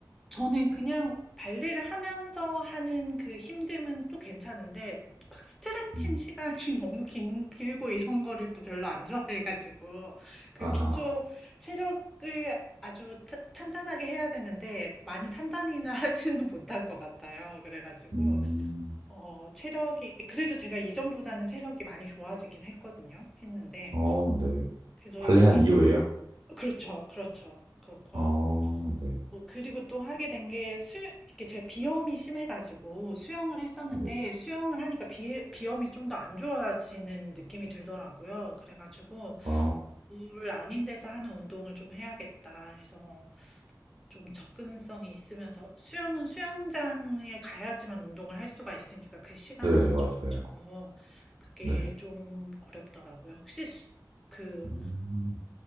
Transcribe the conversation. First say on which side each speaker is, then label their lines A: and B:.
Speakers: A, in the centre; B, on the right.
A: 저는 그냥 발레를 하면서 하는 그 힘듦은 또 괜찮은데 막 스트레칭
B: 음,
A: 시간이 <laughs> 너무 긴, 길고 이런 거를 또 별로 안 좋아해가지고 그
B: 아하,
A: 기초 체력을 아주 타- 탄탄하게 해야 되는데 많이 탄탄히는 <laughs> 하지는 못한 것 같아요. 그래가지고
B: 음,
A: 어, 체력이 그래도 제가 이전보다는 체력이 많이 좋아지긴 했거든요. 했는데
B: 어, 네.
A: 그래서
B: 발레
A: 어, 이게
B: 한 이후에요.
A: 그렇죠, 그렇죠. 그렇고
B: 아, 네.
A: 어, 그리고 또 하게 된 게 수, 이렇게 제 비염이 심해가지고 수영을 했었는데
B: 네.
A: 수영을 하니까 비, 비염이 좀 더 안 좋아지는 느낌이 들더라고요. 그래가지고
B: 아,
A: 물 아닌 데서 하는 운동을 좀 해야겠다 해서 좀 접근성이 있으면서 수영은 수영장에 가야지만 운동을 할 수가 있으니까 그 시간에
B: 네,
A: 맞춰가지고
B: 맞아요.
A: 그게
B: 네.
A: 좀 어렵더라고요. 혹시 수- 그
B: 음,